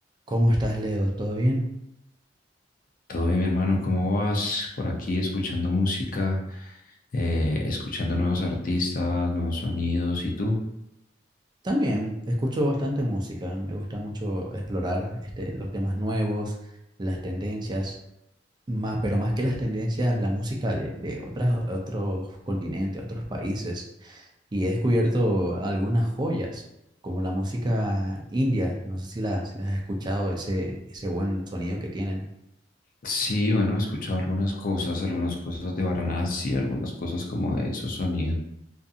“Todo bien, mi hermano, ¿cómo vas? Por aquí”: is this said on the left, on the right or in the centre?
Left